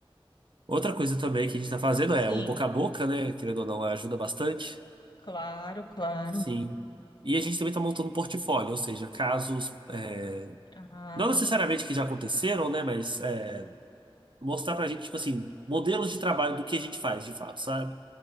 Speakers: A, on the right; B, on the left.
A: Outra coisa também que a gente está fazendo
B: Sim,
A: é o boca a boca, né, querendo ou não, é, ajuda bastante,
B: claro, claro.
A: sim. E a gente também está montando um portfólio, ou seja, casos, é,
B: Ah,
A: não necessariamente que já aconteceram, né, mas é, mostrar para a gente, tipo assim, modelos de trabalho do que a gente faz de fato, sabe?